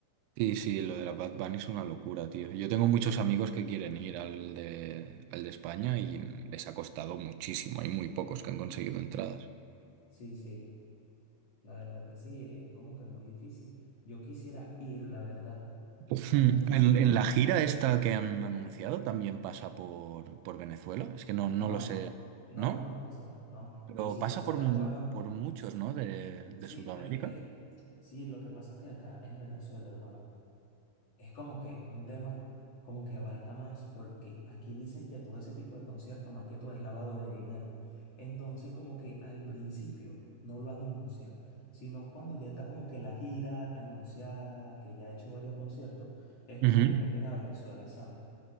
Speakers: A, on the right; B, on the left.
A: Sí, sí, lo de la Bad Bunny es una locura, tío. Yo tengo muchos amigos que quieren ir al de, al de España y les ha costado muchísimo. Hay muy pocos que han conseguido entradas.
B: Sí, sí. La verdad que sí, es como que muy difícil. Yo quisiera ir, la verdad,
A: Hmm,
B: a un concierto
A: En, en la
B: de...
A: gira esta que han anunciado también pasa por, por Venezuela. Es que no, no
B: No,
A: lo sé,
B: no,
A: ¿no?
B: no, no pasa, no.
A: Pero
B: Y si
A: pasa
B: pasara,
A: por, mu-
B: hermano,
A: por muchos,
B: s-
A: ¿no? De, de
B: sí,
A: Sudamérica.
B: pero es que, sí, lo que pasa es que acá en Venezuela, hermano. Es como que un tema como que abarca más, porque aquí dicen que todo ese tipo de conciertos, más que todo, es lavado de dinero. Entonces, como que al principio no lo anuncian, sino cuando ya está como que la gira anunciada, que ya ha hecho varios conciertos, es
A: Ujú.
B: como que meten a Venezuela, ¿sabes?